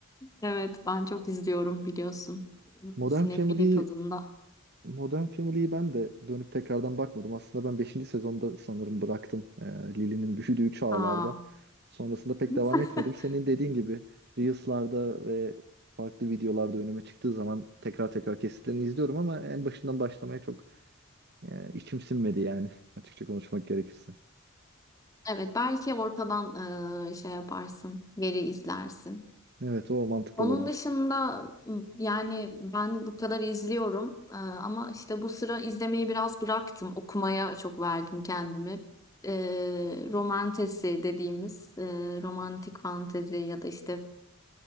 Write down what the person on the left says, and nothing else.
Evet, ben çok izliyorum biliyorsun.
Sinefili
tadında.
Aa.
<laughs>
Evet, belki ortadan eee, şey yaparsın, geri izlersin.
Onun
dışında m, yani ben bu kadar izliyorum Eee, ama işte bu sıra izlemeyi biraz bıraktım. Okumaya çok verdim kendimi. Eee romantesi dediğimiz eee, romantik fantezi ya da işte